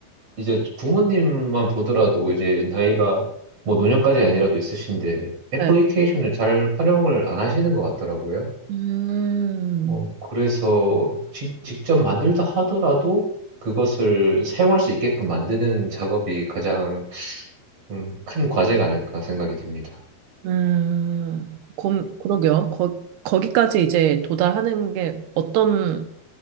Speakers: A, on the right; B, on the right.
A: 이제 부모님만 보더라도 이제 나이가 뭐 노년까지 아니라도 있으신데 애플리케이션을
B: 네.
A: 잘 활용을 안 하시는 것 같더라고요.
B: 음.
A: 어, 그래서 직, 직접 만들다 하더라도 그것을 사용할 수 있게끔 만드는 작업이 가장 음, 큰 과제가 아닐까 생각이 듭니다.
B: 음, 그, 그러게요. 거, 거기까지 이제 도달하는 게 어떤